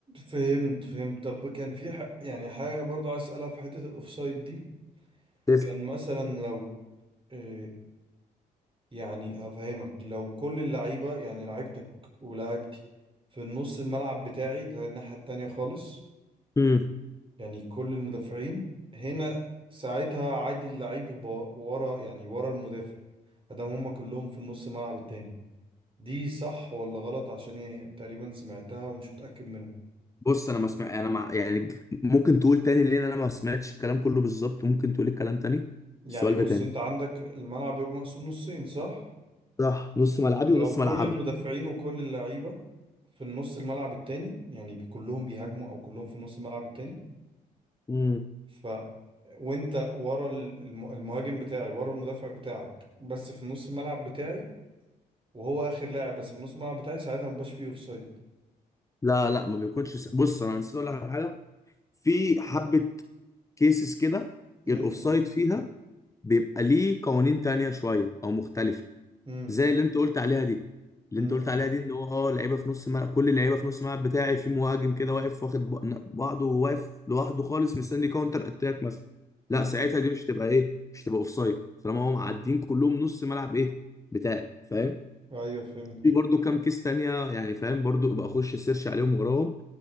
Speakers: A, on the right; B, on the left.
A: فهمت فهمت طب كان في ح... يعني حاجة برضو عايز اسألها في حتة الاوفسايد دي
B: تسعة
A: كان مثلا لو آه، يعني هفهمك لو كل اللعيبة يعني لعيبتك ولاعيبتي في النص الملعب بتاعي اللي هي الناحية التانية خالص
B: امم
A: يعني كل المدافعين هنا ساعتها عادي اللعيب يبقى ورا يعني ورا المدافع ادام هما كلهم في النص الملعب التاني دي صح ولا غلط عشان يعني تقريبا سمعتها ومش متأكد منها
B: بص انا ما سمع انا مع يعني ج- ممكن تقول تاني لان انا ما سمعتش الكلام كله بالظبط ممكن تقول الكلام تاني
A: يعني
B: السؤال
A: بص
B: ده تاني
A: انت عندك الملعب يبقى مقسوم نصين صح
B: صح نص ملعبي
A: لو
B: ونص
A: كل
B: ملعبك
A: المدافعين وكل اللعيبة في النص الملعب التاني يعني بي- كلهم بيهاجموا او كلهم في النص الملعب التاني
B: امم
A: ف وانت ورا ال- الم- المهاجم بتاعي ورا المدافع بتاعك بس في نص الملعب بتاعي وهو اخر لاعب بس في نص الملعب بتاعي ساعتها مبقاش فيه اوف سايد
B: لا لا ما بيكونش س... بص انا نسيت اقول لك على حاجه في حبه كيسز كده
A: امم
B: الاوفسايد فيها بيبقى ليه قوانين تانية شويه او مختلفه
A: امم
B: زي اللي انت قلت عليها دي اللي
A: امم
B: انت قلت عليها دي ان هو اه لعيبه في نص ملعب كل اللعيبه في نص الملعب بتاعي في مهاجم كده واقف واخد ب- بعضه واقف لوحده خالص مستني كاونتر اتاك مثلا
A: امم
B: لا ساعتها دي مش تبقى ايه مش تبقى اوف سايد طالما هم معديين كلهم نص ملعب ايه بتاعي فاهم
A: ايوه فهمت
B: في برضو كام كيس تانية يعني فاهم برضو ابقى اخش سيرش عليهم وراهم